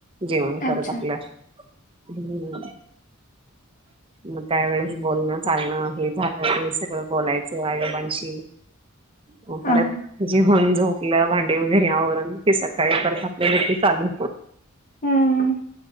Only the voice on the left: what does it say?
अच्छा
हा
हा.
हम्म